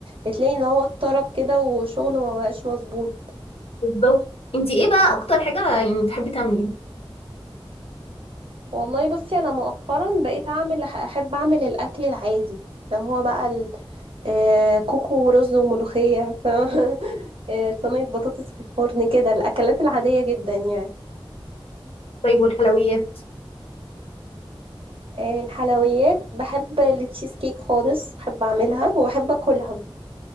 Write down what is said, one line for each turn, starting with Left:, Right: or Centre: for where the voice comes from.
Right: بتلاقي ان هو اتطرب كده وشغله ما بقاش مظبوط
Left: بالظبط انتي ايه بقى اكتر حاجة يعني بتحبي تعمليها
Right: والله بصي انا مؤخرا بقيت اعمل احب اعمل الاكل العادي اللي هو بقى ال- آه، كوكو ورز وملوخيه ف- <laughs> آه، صينيه بطاطس في الفرن كده الاكلات العاديه جدا يعني
Left: طيب والحلويات
Right: آه، الحلويات بحب التشيز كيك خالص بحب اعملها وبحب اكلها